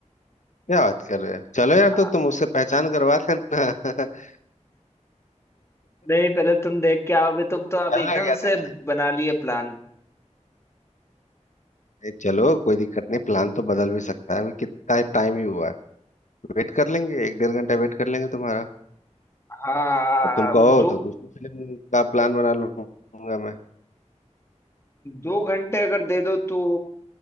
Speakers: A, on the left (about 75°); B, on the left (about 20°).
A: क्या बात कर रहे हो चलो यार
B: हाँ
A: तो तुम उससे पहचान करवा देना <laughs>
B: नहीं पहले तुम देख के आओ अभी तुम तो अब
A: चल रहे
B: एकदम
A: क्या
B: से
A: देखने
B: बना लिए प्लान
A: ए, चलो कोई दिक्कत नहीं प्लान तो बदल भी सकता है अभी कितना टाइम ही हुआ है वेट कर लेंगे एक डेढ़ घंटा वेट कर लेंगे तुम्हारा
B: हाँ
A: और तुम कहो
B: दो
A: तो दूसरी फिल्म का प्लान बना लूंगा मैं
B: दो घंटे अगर दे दो तो